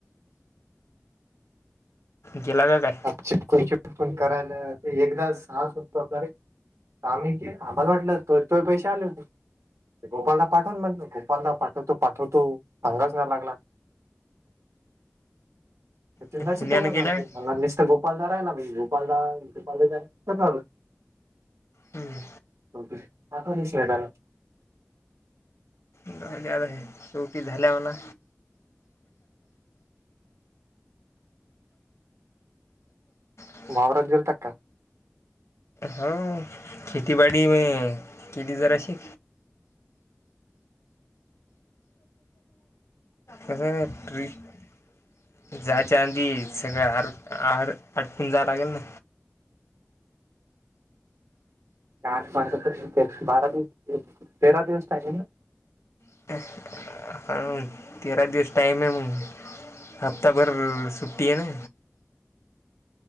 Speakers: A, on the left; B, on the right.
A: जेला का काय.
B: चिपकून चिपकून करायला एकदा सास होतो आपलाे आम्ही के आमला घटलं तो पैसे आले होते. गोपाळला पाठवून म्हण गोपाळला पाठवतो पाठवतो सांगाच नाही लागला. सचिंडाची
A: त्या पुण्यानं
B: तवाच
A: गेल्या
B: झालती
A: का
B: मला मिस्टर गोपाळदार राहिला बा गोपाळदार गोपाल <unintelligible>
A: हम्म.
B: ओके पाठवली <unintelligible>
A: मी आता हें शेवटी झाल्या वर ना <unintelligible>
B: वावरात गेलता की काय?
A: हाव खेतीबाडी मय केली जराशी कसंय ट्रिप जायच्या आधी सगळं आर आर आटपून जायला लागल ना.
B: ते आठ पात चं बारा दिवस तेरा दिवस पाहजे ना
A: <unintelligible> आ हा म तेरा दिवस टाइम आहे मग हप्ताभर सुट्टी आहे ना.